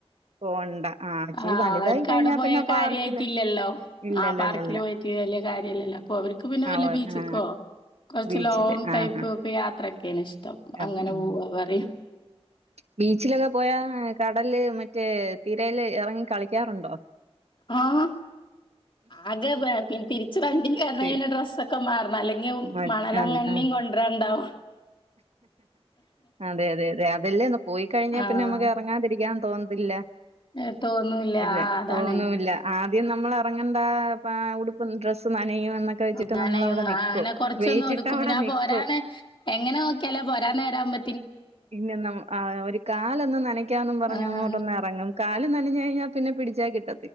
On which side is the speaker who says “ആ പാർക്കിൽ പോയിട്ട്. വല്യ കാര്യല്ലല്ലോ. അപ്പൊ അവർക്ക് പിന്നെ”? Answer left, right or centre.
Left